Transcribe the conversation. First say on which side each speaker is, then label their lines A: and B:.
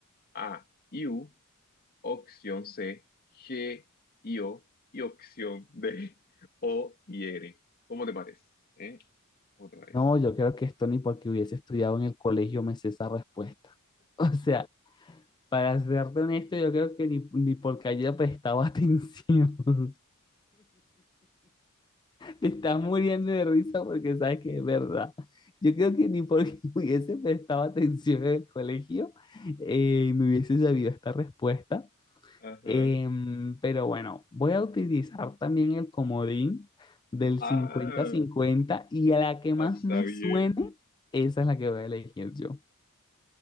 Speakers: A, on the left (about 40°); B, on the left (about 20°).
A: A y U. Opción C, G y O. Y opción D, O y R. ¿Cómo te parece? ¿Eh? ¿Cómo te parece?
B: No, yo creo que esto ni porque hubiese estudiado en el colegio me sé esa respuesta. <laughs> O sea, para serte honesto, yo creo que ni, ni porque haya prestado atención. <laughs> Te estás muriendo de risa porque sabes que es verdad. Yo creo que ni porque <laughs> hubiese prestado atención en el colegio eh, me hubiese sabido esta respuesta.
A: Ajá.
B: Em, pero bueno, voy a utilizar también el comodín del 50
A: Ah,
B: cincuenta y a la que más
A: ah, está
B: me
A: bien.
B: suene, esa es la que voy a elegir yo.